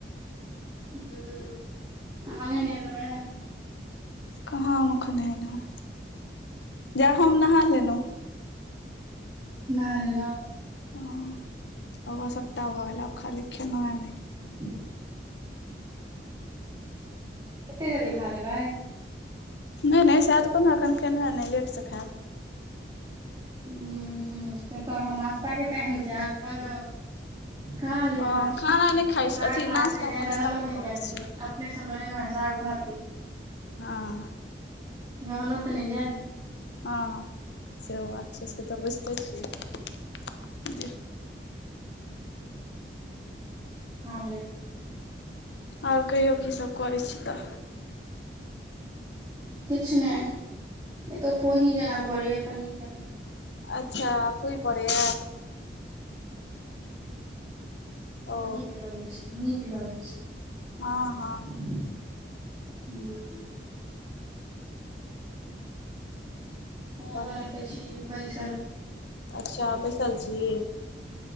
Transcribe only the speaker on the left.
कहाँ हम अखन नहेलु हें जा हम नहा लेलौ।
हां। हमर सबटा भऽ गेल आब खाली खेनाय नै
नै-नै साएह तऽ कहलौ अखन खेलौ अय नै लेट से खाएब।
हँ
खाना नहि खाइ छी
अथी नाश्ता
फास्ता
नहि
करै
छियै
हां।
हां से बात छै से तऽ बुझतै छी जे
और कहियौ की सब करै छी तऽ।
अच्छा फुही पड़ेया। ओ
हां-हां।
पड़ैया।
अच्छा बैसल छी।